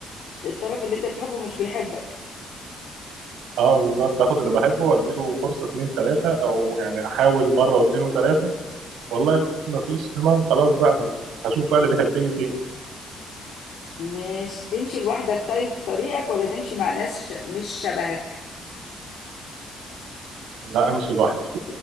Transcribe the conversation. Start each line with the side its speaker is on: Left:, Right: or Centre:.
Left: الطرف اللي انت بتحبه مش بيحبك
Right: اه بالظبط اخد اللي بحبه واديله فرصة اتنين تلاتة او يعني احاول مرة واتنين وتلاتة والله ما فيش امل خلاص بقى هشوف بقى اللي بيحبني فين
Left: ماشي تمشي لوحدك طيب في طريقك ولا تمشي مع ناس ش- مش شبهك
Right: لا امشي لوحدي